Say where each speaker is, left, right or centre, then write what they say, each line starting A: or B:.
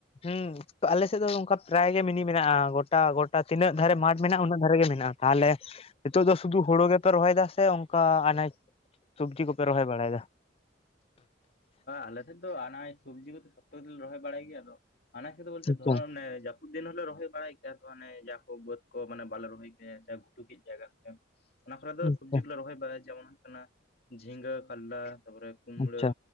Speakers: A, on the left; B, on the left.
A: ᱦᱩᱸ ᱛᱚ ᱟᱞᱮᱥᱮᱫ ᱫᱚ ᱱᱚᱱᱠᱟ ᱯᱨᱟᱭ ᱜᱮ ᱢᱤᱱᱤ ᱢᱮᱱᱟᱜᱼᱟ᱾ᱜᱚᱴᱟ ᱜᱚᱴᱟ ᱛᱤᱱᱟᱹᱜ ᱫᱷᱟᱨᱮ ᱢᱟᱴ ᱢᱮᱱᱟᱜᱼᱟ, ᱩᱱᱟᱹᱜ ᱫᱷᱟᱨᱮ ᱜᱮ ᱢᱮᱱᱟᱜᱼᱟ ᱾ᱛᱟᱦᱚᱞᱮ ᱱᱤᱛᱳᱜ ᱫᱚ ᱥᱩᱫᱷᱩ ᱦᱳᱲᱳ ᱜᱮᱯᱮ ᱨᱚᱦᱚᱭ ᱫᱟ ᱥᱮ ᱚᱝᱠᱟ ᱟᱱᱟᱡ ᱥᱚᱵᱽᱡᱤ ᱠᱚᱯᱮ ᱨᱚᱦᱚᱭ ᱵᱟᱲᱟᱭᱮᱫᱟ
B: ᱟᱞᱮᱥᱮᱫ ᱫᱚ ᱟᱱᱟᱡ ᱥᱚᱵᱽᱡᱤ ᱠᱚᱫᱚ ᱡᱷᱳᱛᱚᱜᱮᱞᱮ ᱨᱚᱦᱚᱭ ᱵᱟᱲᱟᱭ ᱜᱮᱭᱟ᱾ ᱟᱫᱚ ᱟᱱᱟᱡ ᱠᱚᱫᱚ ᱵᱚᱞᱛᱮ
A: ᱟᱪᱪᱷᱟ
B: ᱫᱷᱚᱨᱚᱱ ᱚᱱᱮ ᱡᱟᱹᱯᱩᱫ ᱫᱤᱱ ᱦᱚᱞᱮ ᱨᱚᱦᱚᱭ ᱵᱟᱲᱟᱭ ᱜᱮᱭᱟ ᱛᱚ, ᱚᱱᱮ ᱡᱟ ᱠᱚ ᱵᱟᱹᱫᱽ ᱠᱚ ᱢᱟᱱᱮ ᱵᱟᱞᱮ ᱨᱚᱦᱚᱭ ᱜᱮ ᱥᱮ ᱜᱷᱩᱴᱩ ᱠᱮᱫ ᱡᱟᱭᱜᱟ ᱠᱚᱨᱮ ᱚᱱᱟ ᱠᱚᱨᱮ ᱫᱚ
A: ᱟᱪᱪᱷᱟ
B: ᱥᱚᱵᱽᱡᱤ ᱠᱚᱞᱮ ᱨᱚᱦᱚᱭ ᱵᱟᱲᱟᱭᱟ ᱡᱮᱢᱚᱱ ᱦᱩᱭᱩᱜ ᱠᱟᱱᱟ᱾ ᱡᱷᱤᱸᱜᱟᱹ ᱠᱟᱞᱞᱟ ᱛᱟᱯᱚᱨᱮ ᱠᱩᱢᱲᱟᱹ
A: ᱟᱪᱪᱷᱟ